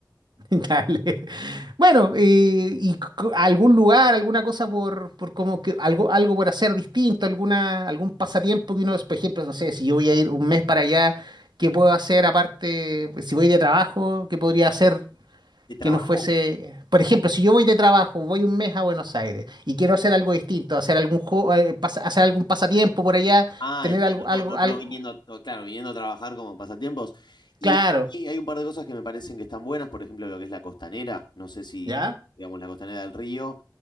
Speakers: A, on the right (about 75°); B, on the left (about 75°).
A: <laughs> Dale. Bueno, eh, y c- algún lugar, alguna cosa por, por como que algo, algo por hacer distinto, alguna, algún pasatiempo que uno, por ejemplo, no sé, si yo voy a ir un mes para allá, ¿qué puedo hacer aparte? pues, Si voy de trabajo, ¿qué podría hacer
B: ¿De trabajo?
A: que no fuese? Por ejemplo, si yo voy de trabajo, voy un mes a Buenos Aires y quiero hacer algo distinto, hacer algún juego, hacer algún pasatiempo por allá,
B: Ah,
A: tener
B: entiendo,
A: algo, algo,
B: no, no,
A: algo,
B: no viniendo, a to- claro, viniendo a trabajar como pasatiempos. Y
A: claro,
B: a mí hay un par de cosas que me parecen que están buenas, por ejemplo, lo que es la costanera, no sé si,
A: ¿ya?
B: digamos, la costanera del río.